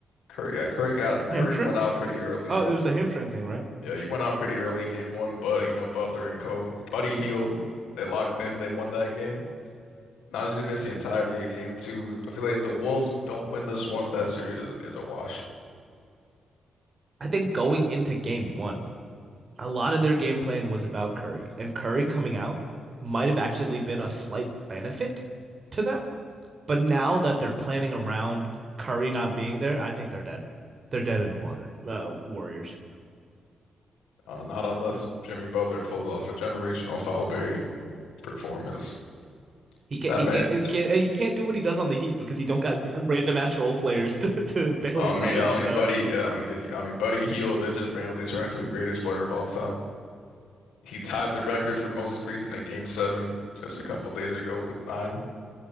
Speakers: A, on the left; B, on the right.
A: Curry, yeah, Curry got Curry
B: Hamstring?
A: went out pretty early.
B: Oh, it was the hamstring thing, right?
A: Yeah, he went out pretty early in game one, but you know Butler and Co. Buddy healed. They locked in. They won that game. Now just gonna miss the entirety of game two. I feel like if the Wolves don't win this one, that series is, is a wash.
B: I think going into game one, a lot of their game plan was about Curry, and Curry coming out might have actually been a slight benefit to them. But now that they're planning around Curry not being there, I think they're dead. They're dead in the water. Uh, Warriors.
A: Uh, not unless Jimmy Butler pulls off a generational foul-baiting performance.
B: He can't.
A: That
B: He
A: meant,
B: can't. He can't.
A: <sighs>
B: He can't do what he does on the Heat because he don't got <laughs> random ass role players to, <laughs> to
A: <laughs>
B: bail
A: I
B: him
A: mean,
B: out every
A: I mean,
B: time.
A: Buddy, yeah, I mean, did, I mean, Buddy Hield did just randomly turn into the greatest player of all time. He tied the record for most threes in a game seven just a couple days ago with nine,